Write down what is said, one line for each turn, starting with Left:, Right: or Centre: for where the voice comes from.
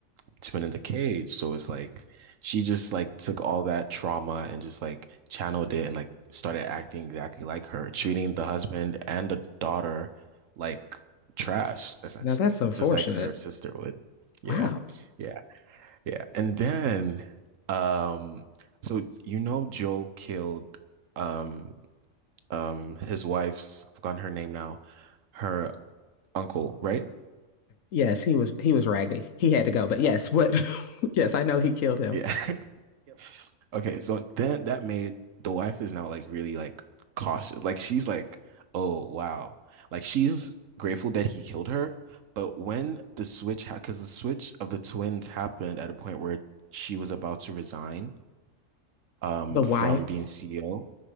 Right: it's been in the cage. So it's like she just like took all that trauma and just like channeled it and like started acting exactly like her, treating the husband and the daughter like trash, essentially,
Left: Now that's unfortunate.
Right: just like her sister would. Yeah.
Left: Wow.
Right: Yeah. Yeah. And then um so you know Joe killed um um his wife's, I've forgotten her name now, her uncle, right?
Left: Yes, he was he was raggedy. He had to go, but yes, what <laughs> yes, I know he killed him.
Right: Yeah. <laughs> Yep. Okay, so then that made the wife is now like really like cautious. Like she's like, oh wow. Like she's grateful that he killed her, but when the switch ha because the switch of the twins happened at a point where she was about to resign um
Left: The
Right: from
Left: wife.
Right: being CEO.